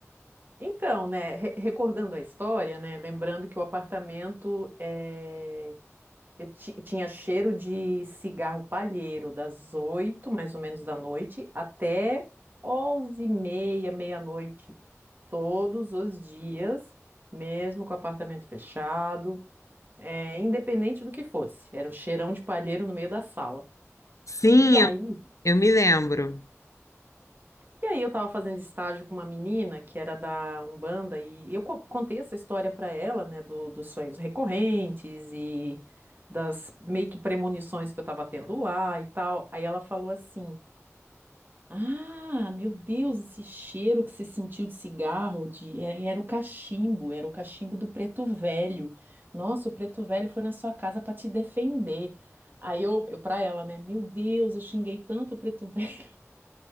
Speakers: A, on the right (about 40°); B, on the left (about 85°).
A: Então, né, re- recordando a história, né, lembrando que o apartamento eh, eu ti- tinha cheiro de cigarro palheiro das oito, mais ou menos, da noite até onze e meia, meia-noite, todos os dias, mesmo com o apartamento fechado. é, independente do que fosse. Era um cheirão de palheiro no meio da sala.
B: Sim,
A: E aí?
B: eu, eu me lembro.
A: E aí eu tava fazendo estágio com uma menina que era da Umbanda e eu co- contei essa história para ela, né, do, dos sonhos recorrentes e das meio que premonições que eu tava tendo lá e tal. Aí ela falou assim: Ah, meu Deus, esse cheiro que você sentiu de cigarro, de era, era o cachimbo, era o cachimbo do preto velho. Nossa, o preto velho foi na sua casa para te defender. Aí eu, eu para ela, né? Meu Deus, eu xinguei tanto o preto <laughs> velho.